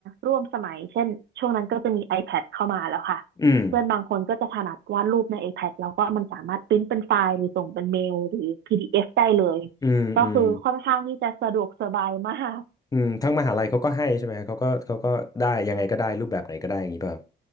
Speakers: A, on the right (about 60°); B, on the left (about 20°).
A: ร่วมสมัยเช่นช่วงนั้นก็จะมี iPad เข้ามาแล้วค่ะเพื่อนบางคนก็จะถนัดวาดรูปใน
B: อืม
A: iPad แล้วก็มันสามารถพิมพ์เป็นไฟล์หรือส่งเป็นเมลหรือพีดีเอฟได้เลย
B: อืมอืม
A: ก็คือค่อนข้างที่จะสะดวกสบายมาก
B: อืมทั้งมหาลัยเขาก็ให้ใช่ไหมฮะเขาก็เขาก็ได้ยังไงก็ได้รูปแบบไหนก็ได้อย่างนี้ป่ะครับ